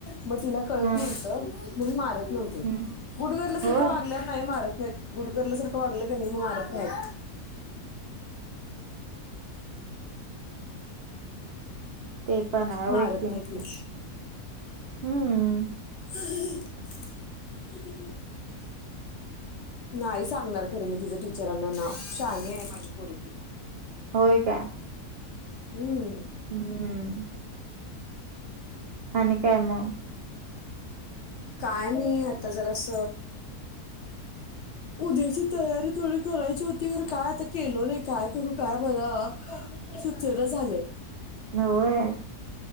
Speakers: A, on the left; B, on the right.
A: मग तिला कळत
B: हा
A: नव्हतं म्हणून मारत नव्हते
B: हम्म
A: गुडगरलं सारखं
B: होय
A: वागल्यावर नाही मारत नाही गुडगरल सारखं वागलं का नाही मारत नाहीत
B: ते पण आहे
A: मारत
B: की
A: नाहीत मग
B: हम्म.
A: <inaudible> नाही सांगणार खरं मी तिचं टीचरांना नाव शानि आहे माझी पोरग
B: होय का
A: हम्म.
B: हम्म. आणि काय म
A: काय नाही आता जरास उद्याची तयारी थोडी करायची होती तर काय आता केल नाही काय करू काय बघा सुचना झालय
B: होय